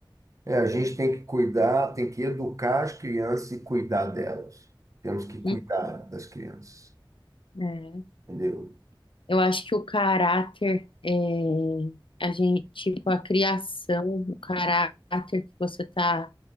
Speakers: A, on the right (about 40°); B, on the left (about 85°).
A: é, a gente tem que cuidar, tem que educar as crianças e cuidar delas. Temos que cuidar
B: Hum,
A: das crianças,
B: é.
A: entendeu?
B: Eu acho que o caráter é a gente, tipo, a criação, o caráter que você está